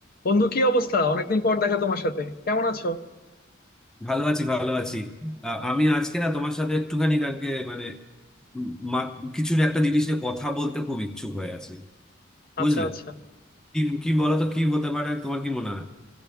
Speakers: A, on the left (about 50°); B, in the centre.
A: বন্ধু কি অবস্থা অনেকদিন পর দেখা তোমার সাথে কেমন আছো
B: ভালো আছি ভালো আছি আহ, আমি আজকে না তোমার সাথে একটুখানি কালকে মানে উম, মা- কিছু না একটা জিনিস নিয়ে কথা বলতে খুব ইচ্ছুক হয়ে আছি বুঝলে
A: আচ্ছা আচ্ছা
B: কি কি বলো তো কি হতে পারে তোমার কি মনে হয়